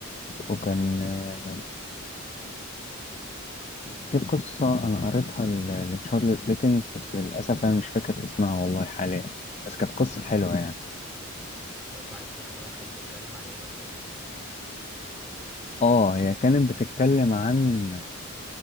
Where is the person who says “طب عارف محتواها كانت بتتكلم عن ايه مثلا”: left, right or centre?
Centre